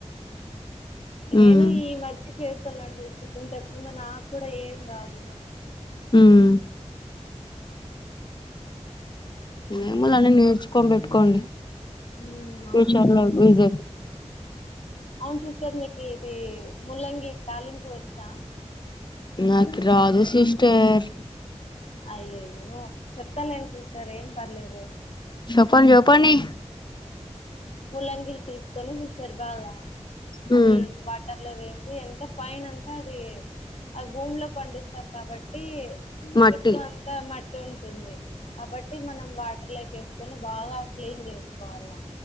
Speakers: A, on the left (about 60°); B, on the left (about 40°).
A: నేను
B: మ్మ్
A: ఈ మ చేస్తున్నాను చూస్త ఇంతకుముందు నాకు కూడా ఏం రాదు
B: హమ్ ఏముంది అన్ని నేర్చుకోని పెట్టుకోండి
A: ఉమ్
B: ఫ్యూచర్
A: అవును
B: లో విజ
A: అవున్ సిస్టర్ మీకు ఇది ముల్లంగి తాలింపు వచ్చా
B: నాకు రాదు సిస్టర్
A: అయ్యయ్యో చెప్తాలేండి సిస్టర్ ఏం పర్లేదు
B: చెప్పడ్ చెప్పండి
A: ములంగిలు తీసుకొని సిస్టర్ బాగా
B: మ్మ్
A: అది వాటర్ లో వేసి ఎంత పైన అది అది భూమిలో పండిస్తారు కాబట్టి
B: మట్టి
A: చుట్టూ అంత అంత మట్టి ఉంటుంది కాబట్టి మనం వాటర్ లోకి వేసుకొని బాగా క్లీన్ చేసుకోవాల